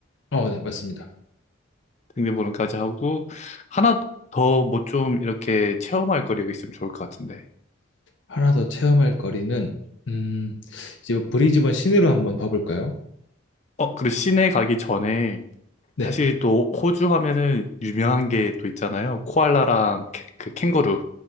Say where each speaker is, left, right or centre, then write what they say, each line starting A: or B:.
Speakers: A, on the left; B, on the left.
A: 어, 네, 맞습니다.
B: 등대 보는 것까지 하고 하나 더 뭐 좀 이렇게 체험할 거리가 있으면 좋을 것 같은데.
A: 하나 더 체험할 거리는, 음, 이제 브리즈번 시내로 한번 봐볼까요?
B: 어, 그리고 시내 가기 전에
A: 네.
B: 사실 또 호주 하면은 유명한 게 또 있잖아요. 코알라랑 캐- 그 캥거루.